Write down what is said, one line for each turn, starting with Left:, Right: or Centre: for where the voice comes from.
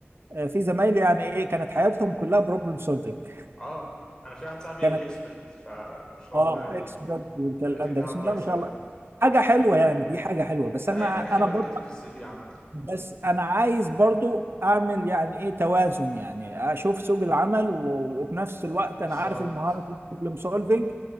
Right: آه، في زمايلي يعني ايه كانت حياتهم كلها بروبلم سولفنج
Left: آه، انا في واحد صاحبي
Right: كانت
Left: اكسبرت فما شاء
Right: اه
Left: الله يعني
Right: اكسبرت والكلام
Left: الريتنج بتاعه
Right: ده بسم
Left: كويس
Right: الله ما شاء
Left: قوي
Right: الله حاجه حلوه يعني دي حاجه حلوه بس
Left: لا
Right: انا
Left: هي حاجه حلوه
Right: انا برضو
Left: تكتب في السي في عامه
Right: بس انا عايز برضو اعمل يعني ايه توازن يعني اشوف سوق العمل و- وفي نفس الوقت
Left: بالظبط
Right: انا عارف المهارات البروبلم سولفنج